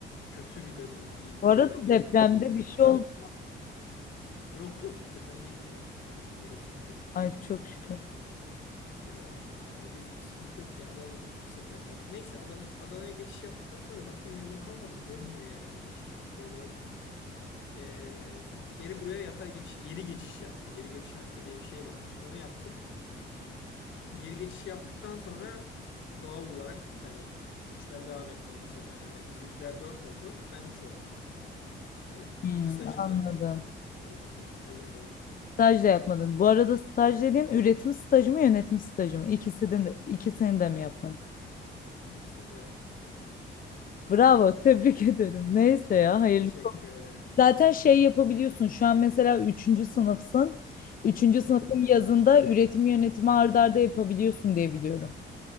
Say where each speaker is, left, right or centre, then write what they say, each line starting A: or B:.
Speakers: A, on the left (about 75°); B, on the left (about 45°).
A: kötü bir dönemde, iyi bir dönemden
B: Bu arada
A: geçmedim
B: depremde
A: yani Adana'da.
B: bir şey oldu.
A: Yok yok biz depremde iyiyiz ya çok şükür. Evde bir sıkıntı yok.
B: Ay çok şükür.
A: Ee, yani bizlik bir sıkıntı yok yani Adana zaten çok hissetmedi de. Neyse Adana, Adana'ya geçiş yaptıktan sonra baktım memnun kalmadım. Dönmüyor yani bu iş. Böyle olmuyor. Ee, geri buraya yatay geçiş, geri geçiş yaptım. Geri geçiş hakkı diye bir şey varmış. Onu yaptım. Geri geçiş yaptıktan sonra doğal olarak hani üçten devam ettim bu sefer. Hani bizimkiler 4 oldu. Ben 3 oldum. Böyle.
B: Hmm,
A: Stajım
B: anladım.
A: da yok olmadı. Stajım da olmadı.
B: Staj da yapmadım. Bu arada staj dediğin üretim stajı mı yönetim stajı mı? İkisini de, ikisini de mi yapmadın?
A: İkisini de yapmadım.
B: Bravo, tebrik <laughs> ederim. Neyse ya, hayırlı.
A: Teşekkür ederim.
B: Zaten şey yapabiliyorsun. Şu an mesela üçüncü sınıfsın. Üçüncü sınıfın
A: Hı hı.
B: yazında üretim yönetimi art arda yapabiliyorsun diye biliyorum.